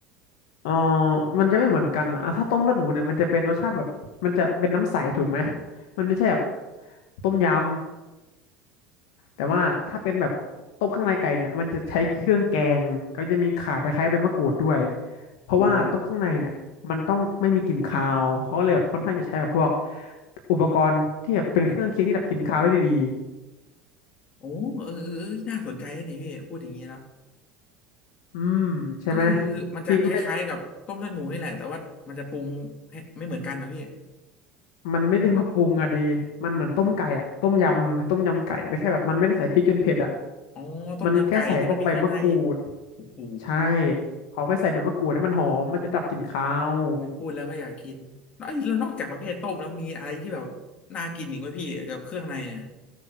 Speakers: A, on the left; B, on the left.
A: เออมันจะไม่เหมือนกันอะอ่ะถ้าต้มเลือดหมูเนี่ยมันจะเป็นรสชาติแบบมันจะเป็นน้ำใสถูกไหมมันไม่ใช่แบบต้มยำ แต่ว่าถ้าเป็นแบบต้มข้างในไก่เนี่ยมันจะใช้เครื่องแกงก็จะมีข่าตะไคร้ใบมะกรูดด้วยเพราะว่าต้มข้างในเนี่ยมันต้องไม่มีกลิ่นคาวเขาก็เลยแบบค่อนข้างจะใช้แบบพวก
B: โอ้
A: อุปกรณ์ที่แบบเป็นเครื่องเคียงที่ดับกลิ่นคาวได้ดี
B: โอ้เออเออเออน่าสนใจนะนี่พี่พูดอย่างนี้แล้ว
A: อืมใช่ไหม
B: ก็คือมันจะคล้ายๆกับต้มเลือดหมูนี่แหละแต่ว่ามันจะปรุงให้ไม่เหมือนกันนะพี่
A: พี่ก็ไม่มันไม่เรียกว่าปรุงอะดีมันเหมือนต้มไก่อะต้มยำต้มยำไก่แต่แค่แบบมันไม่ได้ใส่พริกจนเผ็ดอะ
B: อ๋อต้มยำไก่ที่มันมีเครื่องใน
A: มันแค่ใส่พวกใบมะกรูด
B: โอ้โห
A: ใช่เขาแค่ใส่ใบมะกรูดให้มันหอมมันจะดับกลิ่นคาว
B: โอ้ยพูดแล้วก็อยากกินแล้วไอ้แล้วนอกจากประเภทต้มแล้วมีอะไรที่แบบน่ากินอีกไหมพี่กับเครื่องในเนี่ย